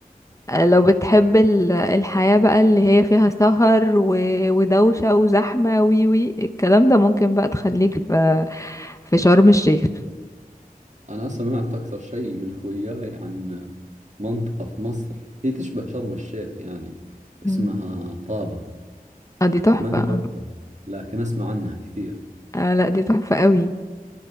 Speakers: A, on the left; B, on the right.
A: آه، لو بتحب ال- الحياة بقى اللي هي فيها سهر و- ودوشة وزحمة وي وي الكلام ده ممكن بقى تخليك في في شرم الشيخ
B: أنا سمعت أكثر شيء من خوياي عن منطقة في مصر هي تشبه شرم الشيخ يعني
A: مم.
B: اسمها طابة
A: اه دي تحفة
B: ما قد رحتها لكن أسمع عنها كثير
A: آه لا دي تحفة قوي